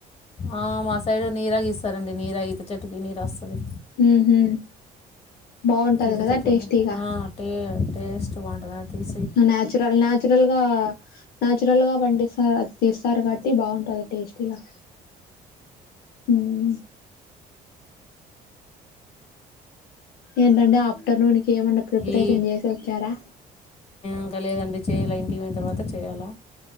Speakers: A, on the left; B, on the left.
A: ఆ మా సైడ్ నీరా గీస్తారండి నీరా ఈత చెట్టుకి నీరా వస్తది
B: ఉహు బాగుంటది
A: ఈత
B: కదా
A: చెట్లండి
B: టేస్టీగా
A: ఆ టె-టేస్ట్ బాగుంటది అది తీస్
B: నాచురల్ నాచురల్ గా నాచురల్ గా పండిస్తారు తీస్తారు కాబట్టి బాగుంటది టేస్టీగా ఉమ్ ఏంటండి ఆఫ్టర్నూన్కి ఏమన్నా ప్రిపరేషన్
A: ఈ
B: చేసి వచ్చారా
A: ఇంకా లేదండి చేయలే ఇంటికి పోయిన తర్వాత చేయాలా